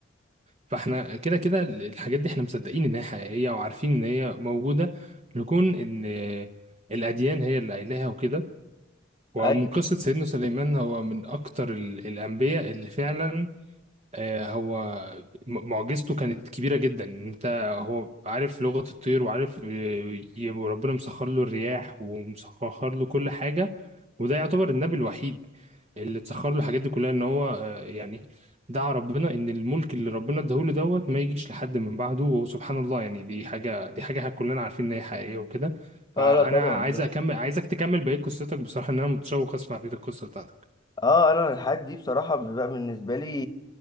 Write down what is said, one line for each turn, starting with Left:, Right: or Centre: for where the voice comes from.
Right: فاحنا كده كده الحاجات دي احنا مصدقين ان هي حقيقية وعارفين ان هي موجودة لكون ان الأديان هي اللي قايلاها وكده ومن
Left: أيوة
Right: قصة سيدنا سليمان هو من أكتر ال- الأنبياء اللي فعلا آه، هو م- معجزته كانت كبيرة جدا انت هو عارف لغة الطير وعارف آه، ي- وربنا مسخر له الرياح ومسخر له كل حاجة وده يعتبر النبي الوحيد اللي اتسخر له الحاجات دي كلها ان هو آه، يعني دعا ربنا ان الملك اللي ربنا اداهوله دوت ما يجيش لحد من بعده وسبحان الله يعني دي حاجة دي حاجة كلنا عارفين ان هي حقيقية وكده فانا
Left: اه لا طبعا
Right: عايز اكمل عايزك تكمل بقية قصتك بصراحة ان انا متشوق اسمع بقية القصة بتاعتك
Left: اه انا الحاجات دي بصراحه بقى بالنسبه لي